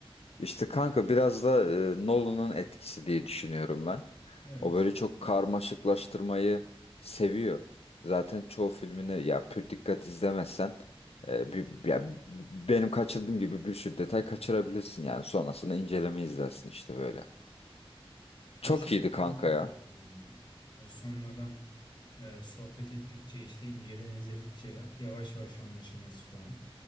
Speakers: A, on the left; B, on the left.
A: İşte kanka biraz da e, Nolan'ın etkisi diye düşünüyorum ben.
B: Evet.
A: O böyle çok karmaşıklaştırmayı seviyor. Zaten çoğu filmini ya pür dikkat izlemezsen e, bir, ya, benim kaçırdığım gibi bir sürü detay kaçırabilirsin yani sonrasında inceleme izlersin işte böyle. Çok
B: O şekilde
A: iyiydi kanka
B: ben daha
A: ya.
B: çok seviyorum ya. E, sonradan e, sohbet ettikçe işte inceleme izledikçe yavaş yavaş anlaşılması falan.